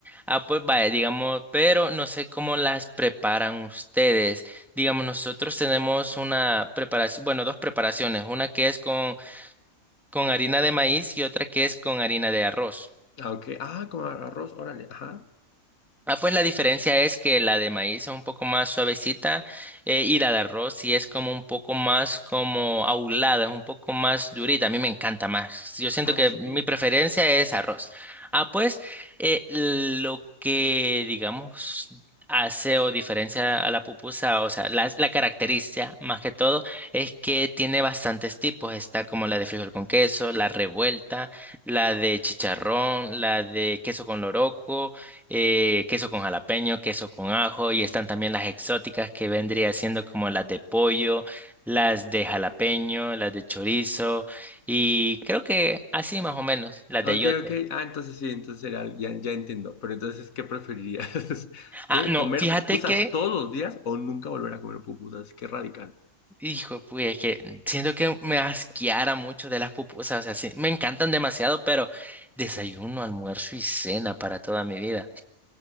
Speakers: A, in the centre; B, on the left.
A: ah, pues vaya, digamos, pero no sé cómo las preparan ustedes. Digamos, nosotros tenemos una preparación, bueno, dos preparaciones, una que es con, con harina de maíz y otra que es con harina de arroz.
B: Ah, ok. Ah, como arroz, órale. Ajá.
A: Ah, pues la diferencia es que la de maíz es un poco más suavecita eh, y la de arroz sí es como un poco más como aulada, es un poco más durita. A mí me encanta más. Yo siento
B: Ah,
A: que
B: sí.
A: mi preferencia es arroz. Ah, pues eh, lo que digamos hace o diferencia a la pupusa, o sea, la, la característica más que todo es que tiene bastantes tipos. Está como la de frijol con queso, la revuelta, la de chicharrón, la de queso con loroco eh, queso con jalapeño, queso con ajo, y están también las exóticas que vendría siendo como las de pollo, las de jalapeño, las de chorizo, y creo que así más o menos, las
B: Ok,
A: de eyote.
B: ok. Ah, entonces sí, entonces era, ya, ya entiendo. Pero entonces, ¿qué preferirías? <laughs> ¿Qué?
A: Ah, no,
B: ¿Comer
A: fíjate
B: pupusas
A: que,
B: todos los días o nunca volver a comer pupusas? Qué radical.
A: hijo, pues es que siento que me asqueara mucho de las pupusas, o sea, sí, me encantan demasiado, pero desayuno, almuerzo y cena para toda mi vida,